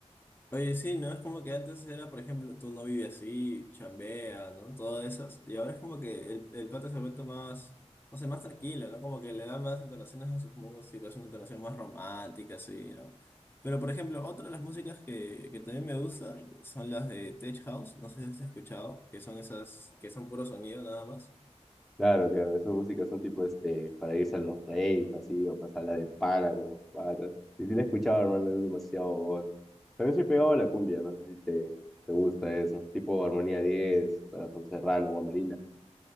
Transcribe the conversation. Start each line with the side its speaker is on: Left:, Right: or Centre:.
Left: Oye, sí, ¿no? Es como que antes era, por ejemplo, tú no vives así, chambea, ¿no? Todas esas. Y ahora es como que el, el pata se ha vuelto más, no sé, más tranquilo, ¿no? Como que le da más entonaciones a sus músicas, una entonación más romántica, así, ¿no? Pero, por ejemplo, otra de las músicas que, que también me gusta son las de Tech House, no sé si has escuchado, que son esas, que son puro sonido nada más.
Centre: Claro, claro, esas músicas son tipo este, para irse a los raves, así, o pasarla de pana con los patas. Y sí la he escuchado, hermano, es demasiado god. También soy pegado a la cumbia, no sé si te, te gusta eso. Tipo Armonía 10, Corazón Serrano, Guamarina.